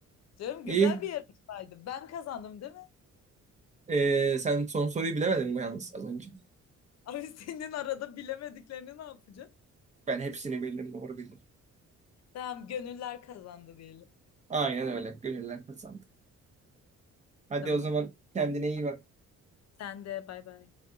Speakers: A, on the left; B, on the right.
A: Canım
B: <laughs>
A: güzel
B: İyi.
A: bir yarışmaydı. Ben kazandım değil mi?
B: Ee, sen son soruyu bilemedin mi yalnız az önce?
A: <laughs> Abi senin arada bilemediklerini ne yapacağım?
B: Ben hepsini bildim doğru bildim.
A: Tamam gönüller kazandı diyelim.
B: Aynen öyle. Gönüller kazandı. Hadi
A: Tamam.
B: o zaman kendine iyi bak.
A: Sen de bay bay.